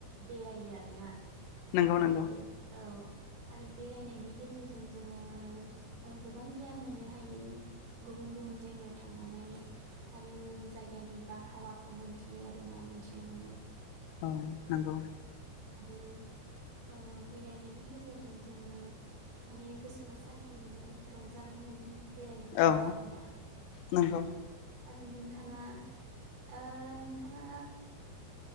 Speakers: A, on the right (about 80°); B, on the left (about 85°).
A: बेरायो आरोना। ओमफ्रायहायो
B: नंगौ नंगौ
A: औ। आरो बेरायनायनि गेजेरजों जोङो ओं गोबां गियान मोननो हायो गुबुन गुबुन जायगायाव थांनानै आरो जायगानि बारहावाखौ मोनथियो आरो। ना मिथिनो मोनो
B: औ नंगौ।
A: आरो ओ बेरायनायनि गेजेरजों जोङो माने गोसोआव सान्थि मोनो रंजानाय मोनो। बेरायनो मोनोबा
B: औ
A: आरोना।
B: नंगौ।
A: आरो नोंथाङा ओ नोंथाङा।